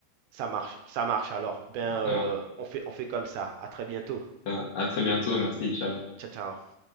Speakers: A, on the right; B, on the left.
A: Ça marche, ça marche alors. Ben,
B: Ça
A: heu,
B: marche.
A: on fait on fait comme ça. À très bientôt.
B: Ça va. À très bientôt. Merci. Ciao.
A: Ciao, ciao.